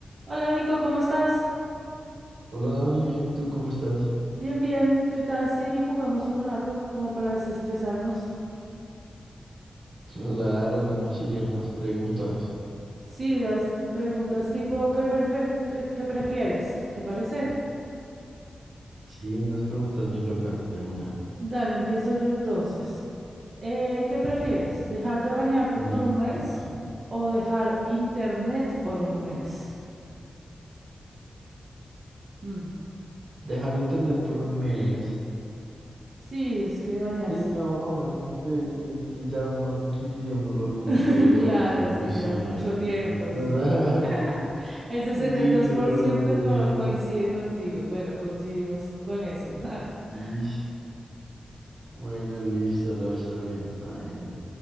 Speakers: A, on the right; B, on the right.
A: Hola Nico, ¿cómo estás?
B: Hola Dani, bien, ¿y tú cómo estás?
A: Bien, bien. ¿Qué tal si jugamos un rato como para desestresarnos?
B: Claro, ¿cómo serían unas preguntas?
A: Sí, las preguntas tipo ¿qué, prefe- qué- qué prefieres? ¿Te parece?
B: Sí, unas preguntas bien locas de una.
A: Dale, empiezo yo entonces. Eh, ¿qué prefieres? ¿Dejar de bañarte por
B: Li-
A: un mes
B: Listo.
A: o dejar internet por un mes? Mm,
B: Dejar internet por un mes.
A: Sí, es que bañarse
B: Sí, no, me, eh, es que ya uno adquiriría un olor muy
A: <laughs>
B: feo
A: Claro,
B: o alguna
A: es
B: cuestión
A: que ya es mucho
B: ahí.
A: tiempo,
B: <laughs>
A: sí. <laughs> El 62%
B: Sí, no,
A: co-
B: no.
A: coincide contigo. Bueno, coincidimos con eso. <laughs>
B: Ish. Bueno, listo, no, está bien, está bien.